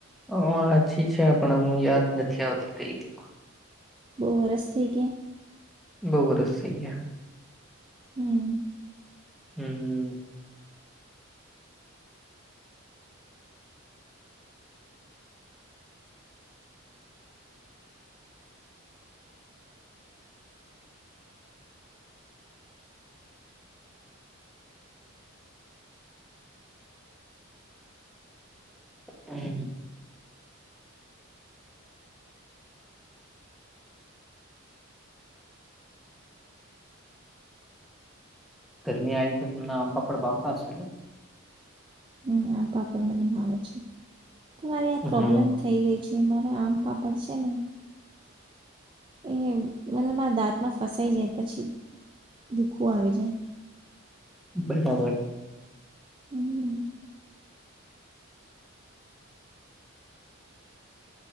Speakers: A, in the centre; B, on the right.
A: હ સાચી છે પણ અમુ યાદ નથી આવતી કઈ દુક
B: બહુ વરસ થઇ ગયા
A: બહુબરસ સહી છે.
B: હમ
A: હમ હ હમ ગરમી આવી તો તમ આંબાપડ ભાવતા હશે ને
B: હમ આમપાપ મનેમાં આવે છે તમારી આ
A: હમ
B: પ્રોબ્લેમ થઈ ગઈ છે. જે મારા આમ પાપડ છે ને એ મતબ મારા દાંતમાં ફસાઈ જાય પછી દુખું આવી જાય
A: બરાબર.
B: હમ